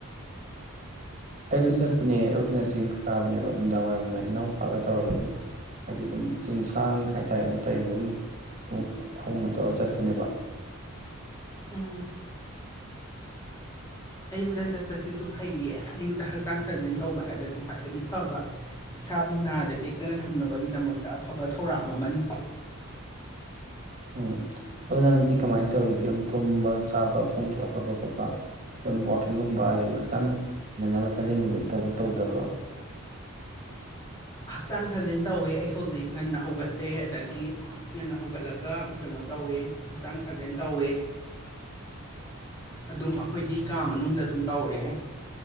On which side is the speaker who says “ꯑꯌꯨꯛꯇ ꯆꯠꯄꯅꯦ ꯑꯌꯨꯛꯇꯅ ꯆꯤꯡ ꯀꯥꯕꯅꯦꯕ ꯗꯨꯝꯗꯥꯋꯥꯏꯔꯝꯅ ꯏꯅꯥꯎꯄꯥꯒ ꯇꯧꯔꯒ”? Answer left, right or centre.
Right